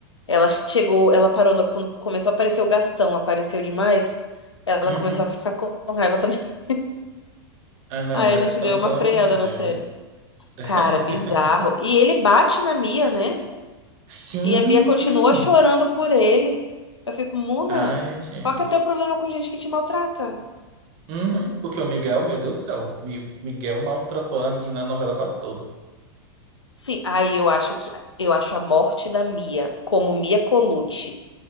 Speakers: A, on the left; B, on the right.
A: Ela chegou, ela parou, no- quando começou a aparecer o Gastão, apareceu demais. Ela
B: Uhum.
A: começou a ficar com raiva também. <laughs>
B: Ah, não,
A: Aí
B: Gastão,
A: a gente deu uma
B: pelo
A: freada
B: amor de Deus.
A: na série.
B: <laughs>
A: Cara, bizarro. E ele bate na Mia, né?
B: Sim!
A: E a Mia continua chorando por ele. Eu fico, Muna,
B: Ai, gente.
A: qual que é teu problema com gente que te maltrata?
B: Uhum. Porque o Miguel, meu Deus do céu, Mi- Miguel maltratou a menina na novela quase toda.
A: Sim, aí eu acho que eu acho a morte da Mia como Mia Colucci